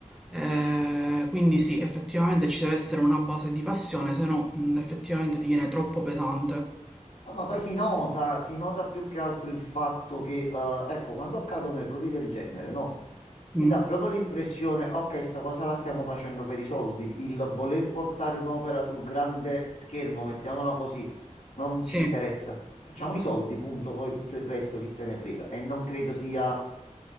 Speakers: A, in the centre; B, on the left.
A: Eh, quindi sì, effettivamente ci deve essere una base di passione, se no mh, effettivamente diviene troppo pesante.
B: Ah, ma poi si nota, si nota più che altro il fatto che, eh, ecco, quando accadono errori del genere, no?
A: Mm,
B: Mi dà proprio l'impressione, ok, sta cosa la stiamo facendo per i soldi, il voler portare un'opera sul grande schermo, mettiamola così, non
A: sì,
B: ci interessa. Facciamo i soldi, punto, poi tutto il resto chi se ne frega. E non credo sia